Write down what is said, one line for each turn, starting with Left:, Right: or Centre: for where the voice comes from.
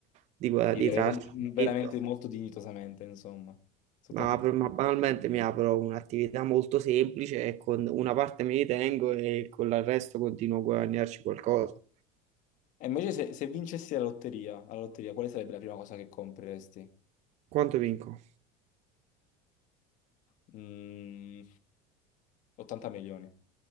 Right: di, guad-
Left: vivere
Right: di trarci un profitto.
Left: veramente molto dignitosamente, insomma, soltanto...
Right: Ma, per- ma banalmente mi apro un'attività molto semplice e con una parte me li tengo e con il resto continuo a guadagnarci qualcosa.
Left: E invece se, se vincessi la lotteria, la lotteria, quale sarebbe la prima cosa che compreresti?
Right: Quanto vinco?
Left: Mm, 80 milioni,